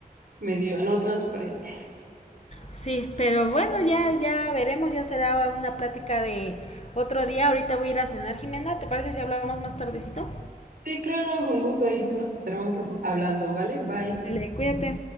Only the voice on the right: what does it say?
medio no transparente.
Sí, claro, con gusto ahí nos estaremos hablando, ¿vale? Bye.